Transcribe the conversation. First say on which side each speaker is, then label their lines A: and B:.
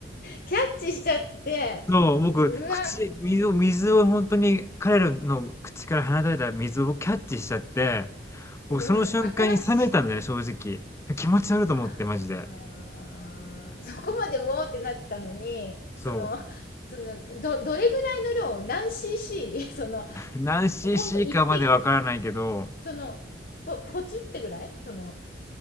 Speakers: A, on the left (about 50°); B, on the left (about 15°).
A: キャッチしちゃって、
B: そう、僕、
A: うわ、
B: 口、水を、水を本当に彼らの口から放たれた水を僕キャッチしちゃって、僕その瞬間に冷めたんだよね、
A: うん、新しい。
B: 正直。気持ち悪いと思って、
A: ああ、
B: マジで。
A: そこまでうおーってなってたのに、
B: そう。
A: その、その、ど、どれぐらいの量、何 cc? <laughs> その、
B: 何 cc
A: ほんと一滴
B: かまでわからないけど、
A: その、ぽ、ポチってぐらいその、